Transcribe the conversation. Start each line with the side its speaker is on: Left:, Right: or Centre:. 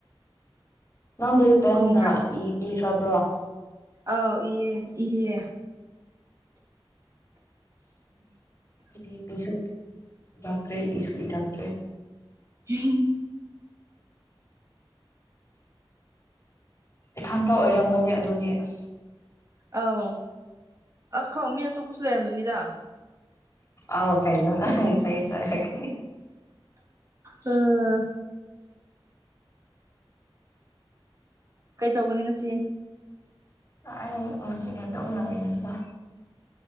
Left: ꯅꯪꯗꯤ ꯄꯦꯟꯅ
Right: ꯈꯪꯗ꯭ꯔꯦ
Left: ꯏ ꯏꯈ꯭ꯔꯕ꯭ꯔꯣ
Right: ꯑꯥꯎ ꯏꯌꯦ ꯏꯌꯦ
Left: <inaudible> ꯑꯩꯗꯤ ꯄꯤꯁꯨ ꯏꯔꯛꯇ꯭ꯔꯦ ꯏꯁꯨ ꯏꯔꯛꯇ꯭ꯔꯦ
Right: <unintelligible>
Left: ꯏꯊꯟꯇ ꯑꯣꯏꯔꯝꯒꯅꯤ ꯑꯗꯨꯗꯤ ꯑꯁ
Right: ꯑꯥꯎ ꯑꯈꯣ ꯃꯤ ꯑꯇꯣꯞꯃꯁꯨ ꯂꯩꯔꯝꯃꯅꯤꯗ
Left: ꯑꯥꯎ ꯀꯩꯅꯣ ꯅꯪ ꯆꯩ ꯆꯥꯒꯅꯤ
Right: ꯑ ꯀꯩ ꯇꯧꯒꯅꯤ ꯉꯁꯤ
Left: ꯑ ꯑꯩ ꯉꯁꯤꯗꯤ ꯑꯗꯨꯝ ꯂꯩꯒꯅꯤꯗ